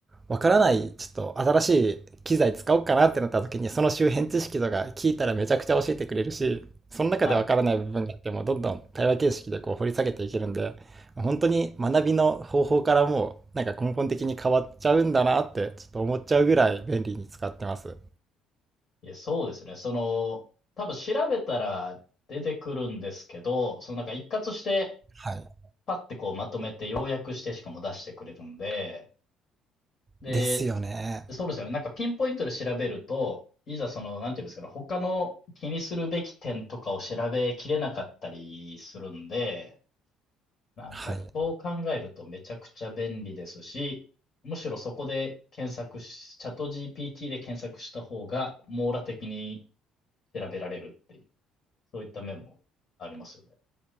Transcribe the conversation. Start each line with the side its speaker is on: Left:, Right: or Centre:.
Right: うわからない、ちょっと新しい機材使おうかなってなった時に、その周辺知識とか聞いたらめちゃくちゃ教えてくれるし、その中でわからない部分があっても、
Left: はい。
Right: どんどん対話形式でこう掘り下げていけるんで、本当に学びの方法からもうなんか根本的に変わっちゃうんだなって、ちょっと思っちゃうぐらい便利に使ってます。
Left: いや、そうですね。その、多分調べたら出てくるんですけど、そのなんか一括して、
Right: はい。
Left: パッてこうまとめて要約してしかも出してくれるんで、で、
Right: ですよね。
Left: そうですよね。なんかピンポイントで調べると、いざその、なんていうんですかね、他の気にするべき点とかを調べきれなかったりするんで、なんかやっぱそう考えるとめちゃくちゃ便利ですし、
Right: はい。
Left: むしろそこで検索し、チャット GPT で検索した方が網羅的に調べられるっていう、そういった面もありますよね。